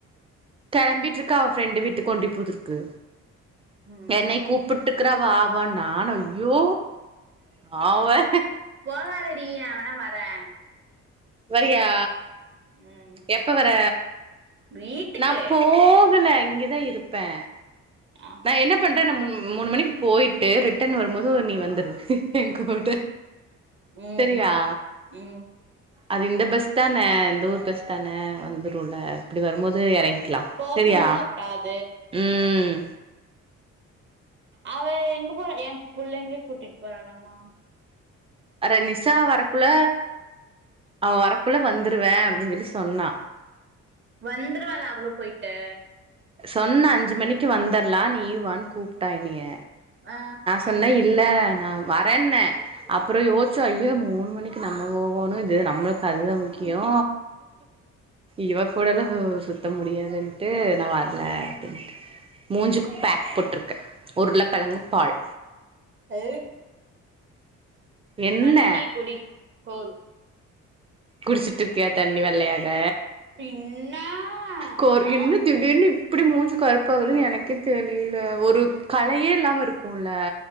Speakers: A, on the right; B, on the right.
A: கெளம்பிட்ருக்கே அவ ஃப்ரெண்டு வீட்டுக்கு கொண்டு புதுருக்கு
B: ம்
A: என்னயு கூப் புட்டுக்கிறா வா வானு நா ஐயோ நா வர்
B: போகாதடி நா வேணா வரே
A: வரியா
B: ம்
A: எப்ப வர
B: வீட்டுக்கு
A: நா போகல இங்கதா இருப்பே
B: ஆ
A: நா என்ன பண்றே நா முன் மூணு மணிக்கு போயிட்டு ரிட்டன் வரும்போது நீ வந்துரு ஏ கூட
B: ம்
A: சரியா
B: ம்
A: அது இந்த பஸ் தான இந்த ஊர் பஸ் தான வந்துருல இப்டி வரும்போது எறங்கி கிலா
B: போத்தனூர்
A: சரியா
B: ரோட்டா அது
A: ம்
B: அவ எங்க போற என் புள்ளைகளயு கூட்டிட்டு போறாளாமா
A: அட நிஷா வரக்குள்ள அவ வரக்குள்ள வந்துருவே அப்டின்னு சொல்லி சொன்னா
B: வந்துருவாள அவளு போய்ட்டு
A: சொன்னா அஞ்சு மணிக்கு வந்தர்லா நீயு வானு கூப்டா என்னிய
B: ஆ
A: சொன்னே இல்ல நா வரேன்னெ அப்புற யோசிச்ச ஐயோ மூணு மணிக்கு நம்ம போகோணு து நம்மளுக்கு அதுதா முக்கியோ இவ கூடல்லா சுத்த முடியாதுன்டு நா வ ரல அப்டிண்டு மூஞ்சிக்கி பேக் போட்ருக்க உருளை கெழங்கு பால்
B: எ
A: என்ன
B: தண்ணி குடி போது
A: குடிச்சிட்டு இருக்கியா தண்ணி வெள்ளையாக
B: பின்ன
A: கோர்
B: ஆமா
A: இன்னு திடிர்னு இப் இப்டி மூஞ்சு கருப்பாகுனு எனக்கே தெரியல ஒரு கலையே இல்லாம இருக்குல